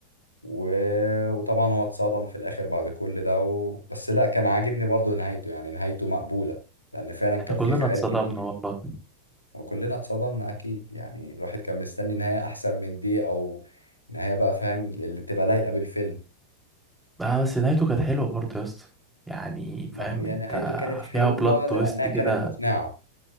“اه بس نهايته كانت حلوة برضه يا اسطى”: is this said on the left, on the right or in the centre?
Centre